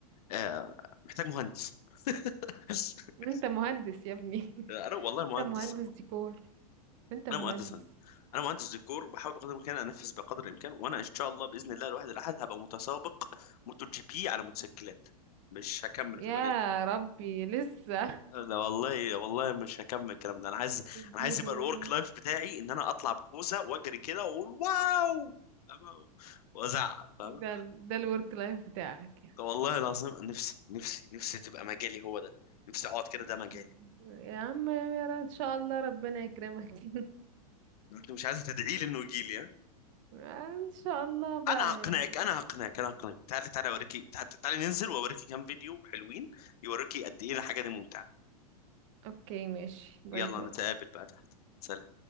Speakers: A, on the left; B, on the right.
A: آه محتاج مهندس <laughs>
B: انت مهندس يا ابني <laughs>
A: انا والله مهندس
B: انت مهندس ديكور انت مهندس
A: انا مهندس هندسه انا مهندس ديكور وبحاول بقدر الامكان انفذ بقدر الامكان وانا ان شاء الله باذن الله الواحد الاحد هبقى متسابق موتو جي بي على موتوسيكلات مش هكمل
B: يا
A: في المجال ده
B: ربي لسه
A: لا والله والله مش هكمل الكلام ده انا عايز
B: <laughs>
A: انا
B: دي
A: عايز يبقى
B: هواية
A: الورك لايف بتاعي ان انا اطلع بخوذه واجري كده واقول واو فاهمة؟ وازعق فاهم
B: ده ال- ده الورك لايف بتاعك يعني
A: والله العظيم نفسي نفسي نفسي تبقى مجالي هو ده نفسي اقعد كده
B: لا.
A: ده مجالي
B: يا عم يا رب ان شاء الله ربنا يكرمك <laughs>
A: مش عايز تدعي لي انه يجي لي
B: ان شاء الله بقى
A: انا هقنعك
B: يعني
A: انا هقنعك انا هقنعك تعالي تعالي اوريكي تعالي, تعالي ننزل واوريكي كام فيديو حلوين يوريكي قد ايه الحاجه دي ممتعه
B: اوكي ماشي باي
A: يلا
B: باي
A: نتقابل بقى تحت سلام